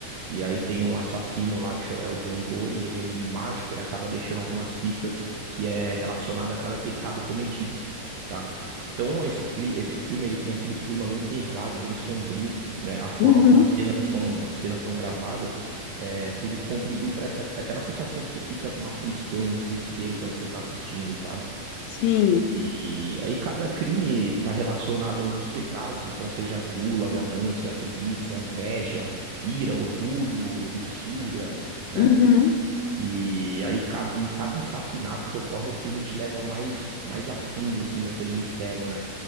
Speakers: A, on the right; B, on the left.
A: E aí tem um assassino lá que chama, é o John Doe, e ele é enigmático, ele acaba deixando algumas pistas que é relacionada a cada pecado cometido, tá? Então esse, cli- esse filme ele tem aquele clima bem pesado, bem sombrio, né? A forma
B: uhum,
A: como as cenas são, as cenas são gravadas, é, tudo contribui para essa aquela sensação que você fica com uma aflição, um desespero quando você tá assistindo, sabe?
B: sim,
A: E aí cada crime está relacionado a um dos pecados, então seja gula, ganância, preguiça, inveja, ira, orgulho, luxúria, né?
B: uhum.
A: E aí ca- em cada assassinato que ocorre, o filme te leva mais mais a fundo assim daquele mistério, né?